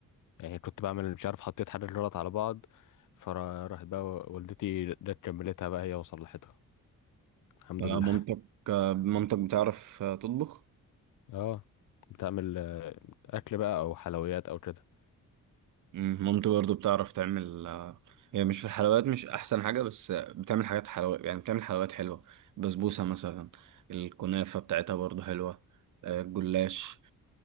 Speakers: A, on the left; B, on the right.
A: يعني كنت بعمل مش عارف حطيت حاجات غلط على بعض فراحت بقى والدتي جت كملتها بقى هي وصلحتها الحمد
B: آه،
A: لله
B: مامتك آه، مامتك بتعرف آه، تطبخ؟
A: اه بتعمل آه، اكل بقى او حلويات او كده
B: مم، مامتي برضه بتعرف تعمل آه، هي مش في الحلويات مش احسن حاجه بس آه، بتعمل حاجات حلويات يعني بتعمل حلويات حلوه بسبوسه مثلا الكنافه بتاعتها برضه حلوه آه، الجلاش